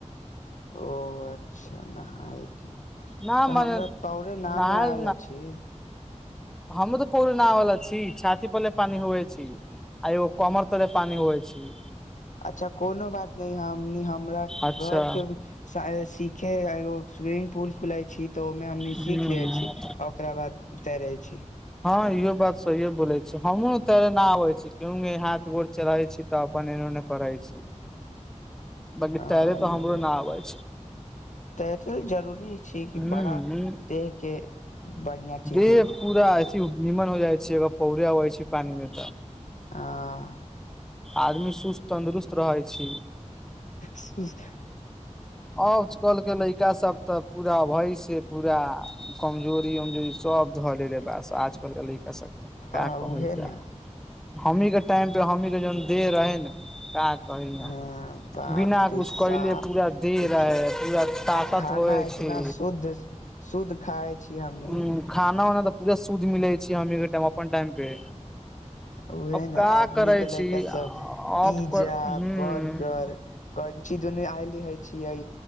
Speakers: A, on the left; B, in the centre.
A: ओ अच्छा नहाय क
B: न
A: तऽ
B: मने
A: हमरा
B: नहाय
A: पौरे नानू आयल अछि।
B: हम तऽ परे न वला छी छाती पले पानी हए छी आइयो कमरतले पानी होइ छैय।
A: अच्छा कोनो बात नहि हमनी हमरा
B: अच्छा
A: घर के सायासी देखगो स्विमिंगग पूल खुलय छी तऽ ओहिमे हमनी
B: ह
A: सीख लेै छी आ ओकरा बाद तैरे छी।
B: इहो बात सहीए हमहु तऽना आबैत छी केहुँ हाथ गोर चलाबे छी तऽ अपन एने ऊने करैत छी। बाकी
A: हँ
B: तैरे तऽ
A: ई
B: हमरो न आबै छै
A: ते त जरूरी छी क
B: ह ह
A: बड़ा देह के बढ़िया चीज
B: देह
A: है
B: पूरा ऐसे नीमन हो जाइ छैय अगर पौड़ेइ छैय पानि मे
A: ह
B: आदमी सुस्त तन्दुरुस्त रहै छैय।
A: सुस्त
B: आजकल के लड़का सब तऽ पूरा भ पूरा कमजोरी उमजोरी सब धऽ ले बस आजकल के ल क सके। क
A: ह
B: कहै
A: उहे
B: जाउ
A: ने
B: हमनी के टाइम पे हमनी के जवन देह रहे न का कहियो
A: ह बाप
B: बिना
A: रे
B: कुछ
A: साफ
B: कले पूरा देह
A: कुछ
B: रहै पूरा ताकत
A: आ खाना
B: होइ
A: इतना
B: छी
A: शुद्ध शुद्ध खाय छी हमनी
B: हूँ खाना उनाा तऽ पूरा शुद्ध मिलै छै हमी के टाइम अपन टाइम पे
A: <inaudible> उहे
B: अब
A: हई न
B: का
A: अभनी
B: करै
A: के
B: छी
A: लैड़का सब
B: अब
A: पिज्जा
B: कर ह्म
A: बर्गर कनची दुने आयल लिहे छीयै